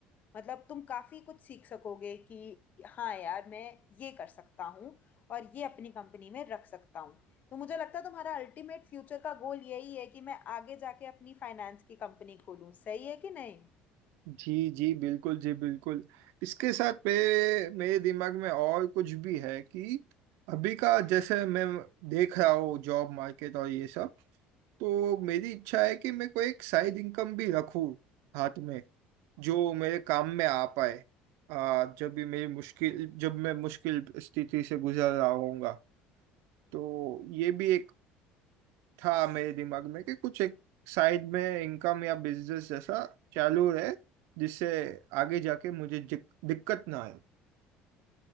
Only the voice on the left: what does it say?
मतलब तुम काफी कुछ सीख सकोगे कि हाँ यार मैं ये कर सकता हूँ और ये अपनी कंपनी में रख सकता हूँ तो मुझे लगता है तुम्हारा अल्टीमेट फ्यूचर का गोल यही है कि मैं आगे जाके अपनी फाइनेंस की कंपनी खोलूँ सही है कि नहीं